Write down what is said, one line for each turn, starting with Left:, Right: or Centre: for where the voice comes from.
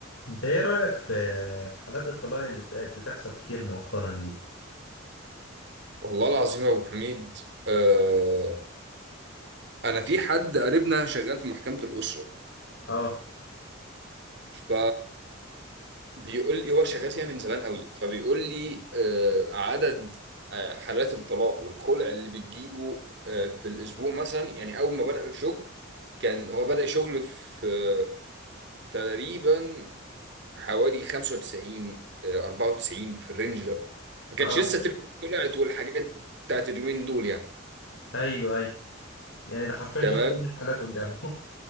Left: انت ايه رأيك في في حالات الطلاق اللي بقت بتحصل كتير مؤخرا دي
Right: والله العظيم يا ابو حميد آه انا في حد قريبنا شغال في محكمة الأسرة
Left: اه
Right: ف بيقول لي هو شغال فيها من زمان قوي فبيقول لي آه عدد آه حالات الطلاق والخلع اللي بتجيله آه في الاسبوع مثلا يعني اول ما بدأ الشغل كان هو بدأ شغل في آه تقريبا حوالي 95 آه 94 في الرينج ده ما كانش
Left: اه
Right: لسه التليفونات طلعت والحاجات بتاعت اليومين دول يعني
Left: ايوه ايوه يعني ده حرفيا
Right: تمام
Left: شاف كل الحالات قدامه